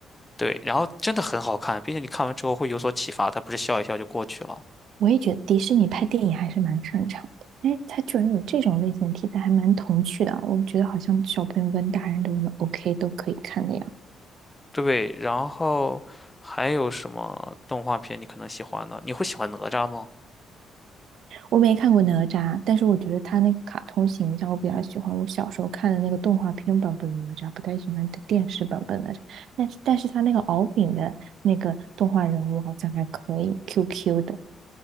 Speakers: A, on the left; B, on the right.
A: 对，然后真的很好看，并且你看完之后会有所启发，它不是笑一笑就过去了。
B: 我也觉得迪士尼拍电影还是蛮擅长的。哎，他居然有这种类型的题材，还蛮童趣的啊。我觉得好像小朋友跟大人都能 OK 都可以看的呀。
A: 对，然后还有什么动画片你可能喜欢呢？你会喜欢哪吒吗？
B: 我没看过哪吒，但是我觉得他那个卡通形象我比较喜欢。我小时候看的那个动画片版本的哪吒，不太喜欢电视版本的哪吒但是，但是他那个敖丙的那个动画人物好像还可以，QQ 的